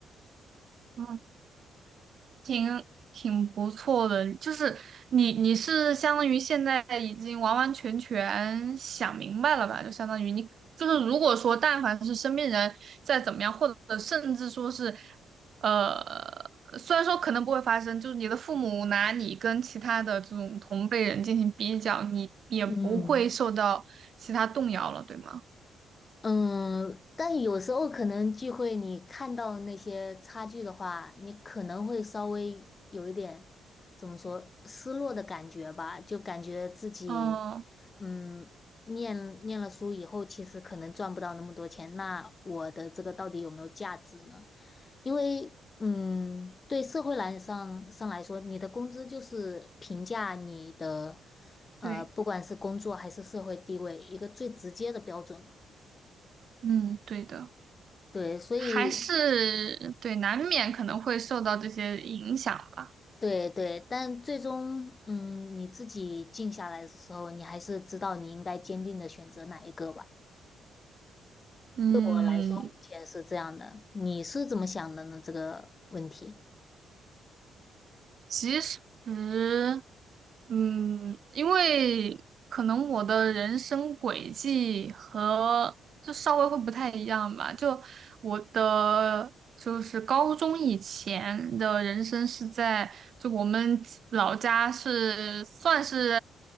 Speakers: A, on the right; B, on the left.
A: 嗯。挺挺不错的，就是你你是相当于现在已经完完全全想明白了吧？就相当于你就是如果说但凡是身边人再怎么样，或者甚至说是，呃，虽然说可能不会发生，就是你的父母拿你跟其他的这种同辈人进行比较，你也不会受到其他动摇了，
B: 嗯。
A: 对吗？
B: 嗯，但有时候可能聚会，你看到那些差距的话，你可能会稍微有一点怎么说失落的感觉吧，就感觉自己，
A: 嗯，
B: 嗯，念念了书以后，其实可能赚不到那么多钱，那我的这个到底有没有价值呢？因为，嗯，对社会来上上来说，你的工资就是评价你的，呃，
A: 对，
B: 不管是工作还是社会地位，一个最直接的标准嘛。
A: 嗯，对的，
B: 对，所以
A: 还是对，难免可能会受到这些影响吧。
B: 对对，但最终，嗯，你自己静下来的时候，你还是知道你应该坚定的选择哪一个吧。
A: 嗯，
B: 对我来说，目前是这样的。你是怎么想的呢？这个问题？
A: 其实，嗯，嗯因为可能我的人生轨迹和就稍微会不太一样吧。就我的就是高中以前的人生是在就我们老家是算是